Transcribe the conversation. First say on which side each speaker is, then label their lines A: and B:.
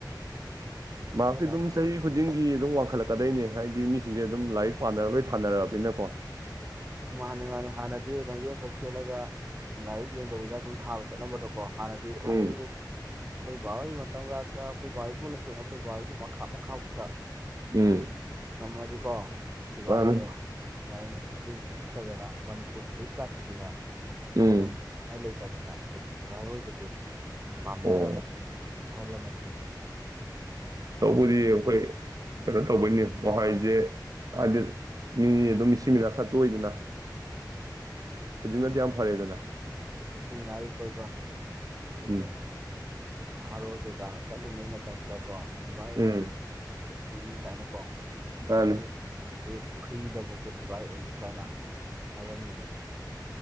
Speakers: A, on the right; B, on the right.
A: ꯎꯝ
B: ꯃꯥꯛꯇꯤ
A: ꯍꯣꯏ ꯂꯥꯏꯔꯤꯛ
B: ꯑꯗꯨꯝ ꯆꯍꯤ ꯈꯨꯗꯤꯡꯒꯤ ꯑꯗꯨꯝ ꯋꯥꯡꯈꯠꯂꯛꯀꯗꯣꯏꯅꯦ ꯍꯥꯏꯗꯤ ꯃꯤꯁꯤꯡꯁꯦ ꯑꯗꯨꯝ ꯂꯥꯏꯔꯤꯛ ꯄꯥꯅꯔꯕꯒꯤ ꯊꯥꯅꯔꯕꯅꯤꯅꯀꯣ
A: ꯃꯥꯅꯦ ꯃꯥꯅꯦ ꯍꯥꯟꯅꯗꯤ ꯂꯝꯖꯦꯟ ꯈꯛ ꯆꯦꯜꯂꯒ ꯂꯥꯏꯔꯤꯛ ꯌꯦꯡꯗꯕꯤꯗ ꯑꯗꯨꯝ ꯊꯥꯕ ꯆꯠꯂꯝꯕꯗꯣ ꯀꯣ ꯍꯥꯟꯅꯗꯤ ꯊꯥꯏꯅꯗꯤ
B: ꯎꯝ
A: ꯑꯩꯈꯣꯏ ꯕꯥꯍꯣꯒꯤ ꯃꯇꯝꯒꯗ ꯑꯩꯈꯣꯏ ꯕꯥꯍꯣꯏꯕꯨ ꯅꯠꯇꯦꯅ ꯑꯩꯈꯣꯏ ꯕꯥꯍꯣꯏꯒꯤ ꯃꯈꯥ ꯃꯈꯥꯃꯛꯇ
B: ꯎꯝ
A: ꯉꯝꯃꯗꯤꯀꯣ ꯁꯤꯐꯥꯢꯁꯦ
B: ꯃꯥꯅꯤ
A: ꯂꯧꯔꯝꯕ ꯌꯥꯢꯅꯦ ꯑꯗꯨ ꯑꯗꯨ ꯅ ꯃꯅꯤꯄꯨꯔ ꯄꯨꯂꯤꯁꯀꯥꯁꯤꯗꯤꯅꯦ
B: ꯎꯝ
A: ꯇꯧꯉꯥꯏ ꯂꯩꯇꯦ ꯑꯗꯨꯅ ꯑꯩ ꯁꯤꯕꯥꯥꯏ ꯑꯣꯏꯕꯗꯤ ꯄꯥꯝꯅꯔꯝ
B: ꯑꯣ
A: ꯑꯍꯜꯂꯃꯟꯖꯤꯡ
B: ꯇꯧꯕꯗꯤ ꯑꯩꯈꯣꯏ ꯀꯩꯅꯣ ꯇꯧꯕꯩꯅꯤ ꯀꯣ ꯍꯥꯢꯗꯤ ꯍꯥꯏꯗꯤ ꯃꯤ ꯑꯗꯨꯝ ꯃꯤꯁꯤ ꯃꯤꯅ ꯈꯔ ꯇꯣꯏꯗꯅ
A: <inaudible>
B: ꯍꯧꯖꯤꯛ ꯅꯗꯤ ꯌꯥꯝ ꯐꯔꯦꯗꯅ
A: ꯃꯤꯁꯤ ꯃꯤꯅꯥꯁꯨ ꯇꯣꯏꯕ ꯑꯩꯈꯣꯏꯒꯤ
B: ꯎꯝ
A: ꯅꯍꯥꯔꯣꯜ ꯀꯩꯀꯥꯅ ꯀꯜꯂꯤꯉꯩ ꯃꯇꯝꯗ ꯀꯣ ꯁꯤꯕꯥꯥꯏ ꯑꯣꯏꯗꯤ
B: ꯎꯝ
A: ꯁꯤꯅꯤ ꯀꯥꯏꯅ ꯀꯣ
B: ꯃꯥꯅꯤ
A: ꯈꯔ ꯉꯧ ꯔꯗꯤ ꯐ꯭ꯔꯤꯗꯐꯥꯎꯗ ꯁꯤꯐꯥꯏ ꯑꯣꯏꯌꯨ ꯀꯥꯏꯅ ꯍꯥꯏꯔꯝꯃꯤꯅꯦꯕ